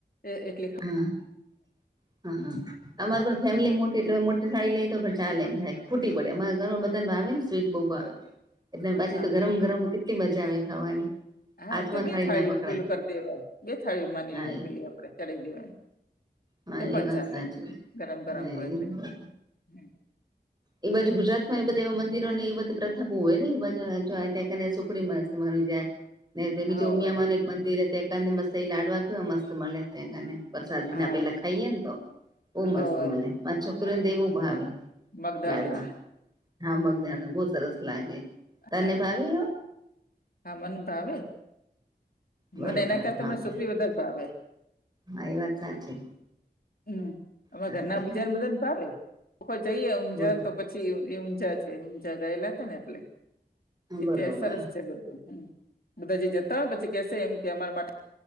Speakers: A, on the left; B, on the right.
A: એ એટલે
B: હા હ હ, અમારી પણ ફેમિલી મોટી, એટલે હ મોટી ટી થાડી લઈએ તો પણ ચાલે હેક, ખૂટી પડે અમારા ઘરમાં બધનાવે ને સ્વીટ બહુ ભાવે. એટલે પાછી
A: હા
B: તો ગરમ ગરમ કેટલી મજા આવે ખાવાની.
A: હા
B: હાથમાં
A: તો બે થાળી
B: ના પકડાય
A: પેલું કર દેવાય, બે થાળી માની
B: હા
A: લે એમ
B: એ
A: પેલી આપડે ચલા દેવાય
B: હા
A: તો પણ
B: એ વાત
A: ચાલે,
B: સાચી
A: ગરમ ગરમ
B: હા
A: હોય
B: એ
A: એટલે. હ
B: એ બાજુ ગુજરાતમાં એ બધા એવા મંદિર ને એ બધુ પ્ર થા બહુ હોય ને, જો ત્યાં કને સુખડી મસ્ત મળી જાય, ને પેલીજો
A: હોવે
B: ઉમિયામાં ને મંદિરે તે કને મસ્ત એ લાડવા કેવા મસ્ત મલે એને પરસાદી
A: હા
B: ના પેલા ખાઈએ ને તો, બહુ મસ્ત
A: હોવે
B: મલે, મારી છોકરીને
A: હા
B: તો એ બવ ભાવે.
A: મગદળના
B: લાડવા, હા મગ ઘણા બહુ સરસ લાગે. તને
A: હા
B: ભાવે એવા
A: હા મને ભાવે.
B: બરોબર
A: મને એના કરતા
B: હા.
A: મને સુખરી વધારે ભાવે
B: હા એ વાત સાચી
A: હમ્મ અમે
B: હા
A: ઘરના
B: બેટા
A: બીજાને બધાને ભાવે. ઓખો જઈએ ઊંઝા
B: બરોબર
A: તો પછી ઊંઝા છે ઊંઝા ગયેલા હતા ને એટલે ઇતિાસ
B: બરોબર
A: સરસ છે બધું હ બધાજી જતા હોય પછી કેસે એમ કે અમારા માટે